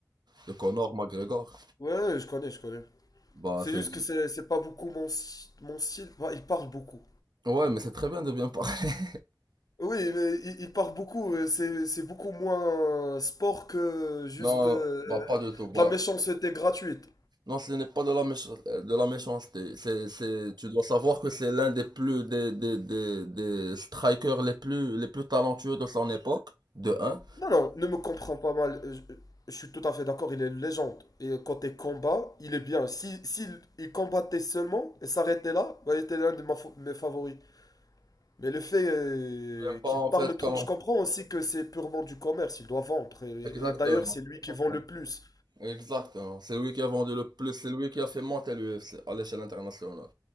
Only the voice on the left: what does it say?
Ouais, ouais, je connais, je connais.
C'est
juste que c'est c'est pas beaucoup mon, sty- mon style. Bah, ils parlent beaucoup.
Oui, mais ils, ils parlent beaucoup, euh, c'est c'est beaucoup moins sport que juste
euh, euh,
de la méchanceté gratuite.
Non, non, ne me comprends pas mal. euh, Je, je suis tout à fait d'accord, il est une légende. Et côté combat, il est bien. Si, s'il- il combattait seulement et s'arrêtait là, bah, il était l'un de ma fa- mes favoris. Mais le fait euh,
qu'il
parle
trop,
je comprends aussi que c'est purement du commerce, il doit vendre. Et,
et d'ailleurs, c'est lui
qui vend le plus.